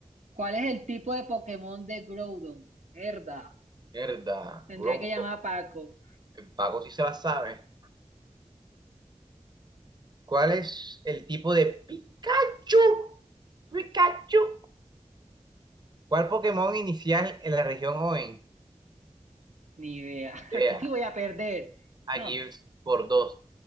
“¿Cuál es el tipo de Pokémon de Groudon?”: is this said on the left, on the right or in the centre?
Right